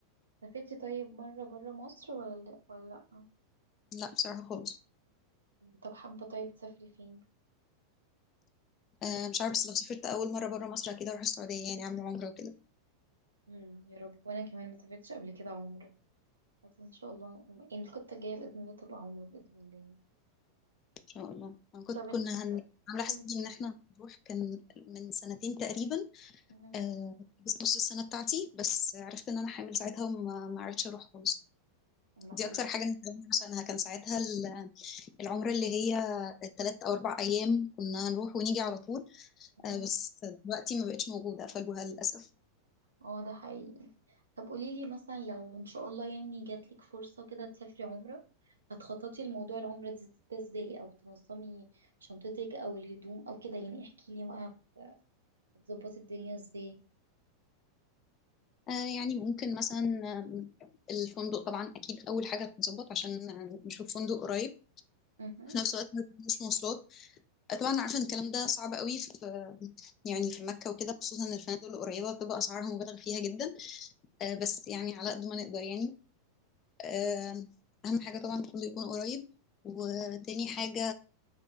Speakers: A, on the right (about 75°); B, on the left (about 30°).
A: سافرتي طيب مرة برا مصر ولا لا ولا لا
B: لا بصراحة خالص
A: طب حابة طيب تسافري فين
B: آه مش عارفة بس لو سافرت أول مرة بره مصر كده أروح السعودية يعني أعمل عمرة وكده
A: مم. يا رب وانا كمان ما سافرتش قبل كده عمرة بس ان شاء الله يعني الخطة الجاية بإذن الله تبقى عمرة بإذن الله
B: إن شاء الله أنا كنت
A: طب إيه؟
B: كنا هن...
A: طب
B: عاملة حسابي
A: قولي
B: إن إحنا هنروح كان من سنتين تقريبا
A: أها.
B: آه بس نص السنة بتاعتي بس عرفت إن أنا حامل ساعتها وما ما عرفتش أروح خالص
A: لعله
B: دي أكتر حاجة ندمت عشانها كان ساعتها ال- العمرة اللي هي تلات أو أربع أيام كنا هنروح ونيجي على طول
A: أها.
B: آه بس دلوقتي ما بقتش موجودة قفلوها للأسف
A: اه ده حقيقي طب قولي لي مثلا لو ان شاء الله يعني جات لك فرصة كده تسافري عمرة هتخططي لموضوع العمرة دي- ده ازاي او تنظمي شنطتك او الهدوم او كده يعني احكي لي بقى هت- هتظبطي الدنيا ازاي
B: آه، يعني ممكن مثلا آم، الفندق طبعا اكيد اول حاجه تتظبط عشان نشوف فندق قريب
A: اها.
B: في نفس الوقت ما تكونش مواصلات آه، طبعا عارفه ان الكلام ده صعب قوي في يعني في مكه وكده خصوصا إن الفنادق القريبه بتبقى اسعارها مبالغ فيها جدا آه، بس يعني على قد ما نقدر يعني آه، اهم حاجه طبعا الفندق يكون قريب وتاني حاجه